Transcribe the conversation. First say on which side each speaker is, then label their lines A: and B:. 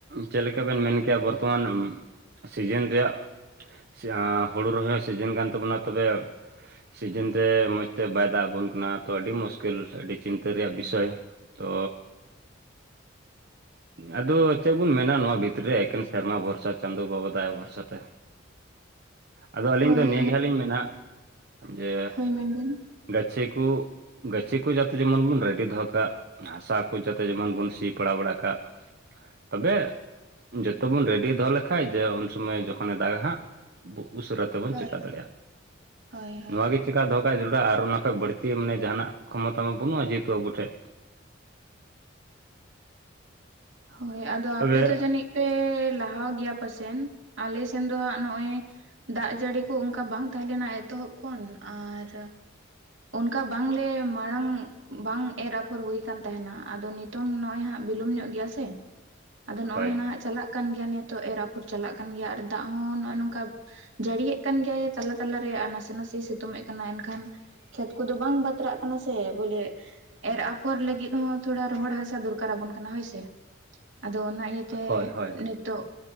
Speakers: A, on the right; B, on the right.
A: ᱪᱮᱜ ᱞᱮᱠᱟ ᱵᱮᱱ ᱢᱮᱱ ᱠᱮᱭᱟ ᱵᱚᱨᱛᱚᱢᱟᱱ ᱥᱤᱡᱮᱱ ᱨᱮᱭᱟᱜ ᱟᱸ ᱦᱳᱲᱳ ᱨᱚᱦᱚᱭ ᱥᱤᱡᱮᱱ ᱠᱟᱱ ᱛᱟᱵᱚᱱᱟ ᱛᱚᱵᱮ ᱥᱤᱡᱤᱱ ᱨᱮ ᱢᱚᱸᱡᱽ ᱛᱮ ᱵᱟᱭ ᱫᱟᱜ ᱟᱵᱚᱱ ᱠᱟᱱᱟ ᱛᱚ ᱟᱹᱰᱤ ᱢᱩᱥᱠᱤᱞ ᱟᱹᱰᱤ ᱪᱤᱱᱛᱟᱹ ᱨᱮᱭᱟᱜ ᱵᱤᱥᱚᱭ᱾ ᱛᱚ ᱟᱫᱚ ᱪᱮᱜ ᱵᱩᱱ ᱢᱮᱱᱟ ᱱᱚᱣᱟ ᱵᱷᱤᱛᱨᱤ ᱨᱮ ᱮᱠᱮᱱ ᱥᱮᱨᱢᱟ ᱵᱷᱚᱨᱥᱟ ᱪᱟᱸᱫᱳ ᱵᱟᱵᱟ ᱫᱟᱭᱟ ᱵᱷᱚᱨᱥᱟ ᱛᱮ᱾ ᱟᱫᱚ ᱟᱹᱞᱤᱧ
B: ᱦᱳᱭ
A: ᱫᱚ ᱱᱤᱭᱟᱹ ᱜᱮ ᱦᱟᱸᱜ ᱞᱤᱧ ᱢᱮᱱᱟ ᱡᱮ
B: ᱦᱳᱭ ᱢᱮᱱᱵᱮᱱ
A: ᱜᱟᱹᱪᱷᱤ ᱠᱩ ᱜᱟᱪᱷᱤᱩ ᱠᱩ ᱡᱟᱛᱮ ᱡᱮᱢᱚᱱ ᱵᱚᱱ ᱨᱮᱰᱤ ᱫᱚᱦᱚ ᱠᱟᱜ ᱦᱟᱥᱟ ᱠᱚ ᱡᱟᱛᱮ ᱡᱮᱢᱚᱱ ᱵᱚᱱ ᱛᱤ ᱯᱟᱲᱟ ᱵᱟᱲᱟ ᱠᱟᱜ, ᱛᱚᱵᱮ ᱡᱚᱛᱚᱵᱚᱱ ᱨᱮᱰᱤ ᱫᱚᱦᱚ ᱞᱮᱠᱟᱡ ᱡᱮ ᱩᱱᱥᱚᱢᱚᱭ ᱡᱚᱠᱷᱚᱱᱮ ᱫᱟᱜᱟ ᱦᱟᱸᱜ ᱵᱩᱜ ᱩᱥᱟᱹᱨᱟ ᱛᱮᱵᱚᱱ
B: ᱦᱳᱭ
A: ᱪᱮᱠᱟ ᱫᱟᱲᱮᱭᱟᱜ-ᱟ
B: ᱦᱳᱭ ᱦᱳᱭ
A: ᱱᱚᱣᱟ ᱜᱮ ᱪᱮᱠᱟ ᱫᱚᱦᱚ ᱠᱟᱜ ᱮ ᱡᱚᱨᱩᱲᱟ ᱟᱨ ᱚᱱᱟ ᱠᱷᱚᱡ ᱵᱟᱹᱲᱛᱤ ᱢᱟᱱᱮ ᱡᱟᱦᱟᱱᱟᱜ ᱠᱷᱚᱢᱚᱛᱟ ᱢᱟ ᱵᱟᱹᱱᱩᱜ-ᱟ ᱡᱮᱦᱮᱛᱩ ᱟᱵᱚ ᱴᱷᱮᱜ᱾
B: ᱦᱳᱭ ᱟᱫᱚ
A: ᱛᱚᱵᱮ
B: ᱟᱯᱮ ᱫᱚ ᱡᱟᱹᱱᱤᱡ ᱯᱮ ᱞᱟᱦᱟᱣ ᱜᱮᱭᱟ ᱯᱟᱥᱮᱱ ᱟᱞᱮᱥᱱ ᱫᱚ ᱦᱟᱸᱜ ᱱᱚᱜ-ᱚᱭ ᱫᱟᱜ ᱡᱟᱹᱲᱤ ᱠᱚ ᱚᱝᱠᱟ ᱵᱟᱝ ᱛᱟᱦᱮᱸ ᱞᱮᱱᱟ ᱮᱛᱚᱦᱚᱵ ᱠᱷᱚᱱ ᱟᱨ ᱚᱱᱠᱟ ᱵᱟᱝᱞᱮ ᱢᱟᱲᱟᱝ ᱵᱟᱝ ᱮᱨ ᱟᱯᱷᱚᱨ ᱦᱩᱭ ᱠᱟᱱ ᱛᱟᱦᱮᱱᱟ ᱟᱫᱚ ᱱᱤᱛᱚᱝ ᱱᱚᱜ ᱚᱭ ᱦᱟᱸᱜ ᱵᱤᱞᱚᱢ ᱧᱚᱜ ᱜᱮᱭᱟ ᱥᱮ ᱟᱫᱚ ᱱᱚᱜ-ᱚᱭ
A: ᱦᱳᱭ
B: ᱱᱟᱦᱟᱜ ᱪᱟᱞᱟᱜ ᱠᱟᱱ ᱜᱮᱭᱟ ᱱᱤᱛᱳᱜ ᱮᱨ ᱟᱯᱷᱚᱨ ᱪᱟᱞᱟᱜ ᱠᱟᱱ ᱜᱮᱭᱟ ᱟᱨ ᱫᱟᱜ ᱦᱚᱸ ᱱᱚᱜ-ᱚᱭ ᱱᱚᱝ ᱠᱟ ᱡᱟᱹᱲᱤᱭᱮᱫ ᱠᱟᱱ ᱜᱮᱭᱟᱭ, ᱛᱟᱞᱟ ᱛᱟᱞᱟᱨᱮ, ᱟᱨ ᱱᱟᱥᱮ, ᱱᱟᱥᱮ ᱥᱤᱛᱩᱝ ᱮᱫ ᱠᱟᱱᱟ, ᱮᱱᱠᱷᱟᱱ ᱠᱷᱮᱛ ᱠᱚᱫᱚ, ᱵᱟᱝ ᱵᱟᱛᱨᱟᱜ ᱠᱟᱱᱟ ᱥᱮ, ᱵᱚᱞᱮ ᱮᱨ ᱟᱯᱷᱚᱨ ᱞᱟᱹᱜᱤᱫ ᱦᱚᱸ, ᱛᱷᱚᱲᱟ ᱨᱚᱦᱚᱲ ᱦᱟᱥᱟ, ᱫᱚᱨᱠᱟᱨ ᱟᱵᱚᱱ ᱠᱟᱱᱟ, ᱦᱳᱭ ᱥᱮ, ᱟᱫᱚ, ᱚᱱᱟ ᱤᱭᱟᱹᱛᱮ,
A: ᱦᱳᱭ ᱦᱳᱭ
B: ᱱᱤᱛᱚᱜ